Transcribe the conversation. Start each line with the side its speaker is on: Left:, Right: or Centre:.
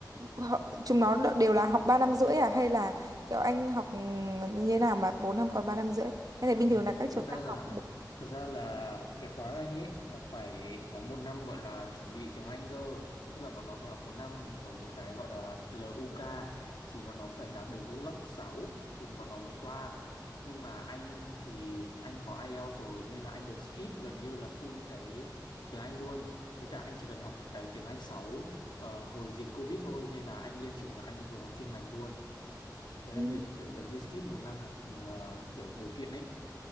Right: họ- chúng nó đ- đều là học 3 năm rưỡi à hay là kiểu anh học ừm, như thế nào mà 4 năm còn 3 năm rưỡi? Thế này
Left: Vâng.
Right: bình thường là các trường
Left: Thực ra
Right: khác
Left: là
Right: học.
Left: thực ra là cái khóa Anh ấy là phải có một năm gọi là chuẩn bị tiếng Anh cơ tức là bọn nó phải học một năm ở một cái gọi là LUK thì bọn nó phải đạt được lớp 6 thì bọn nó mới qua nhưng mà anh thì anh có IELTS rồi nên là anh được skip gần như là full cái tiếng Anh luôn với cả anh chỉ cần học cái tiếng Anh 6 ờ, hồi dịch Covid thôi nên là anh lên trường là anh vừa học chuyên ngành luôn thế
Right: Ừ.
Left: là như kiểu gần như skip một năm học ừ, ờ, kiểu điều kiện ấy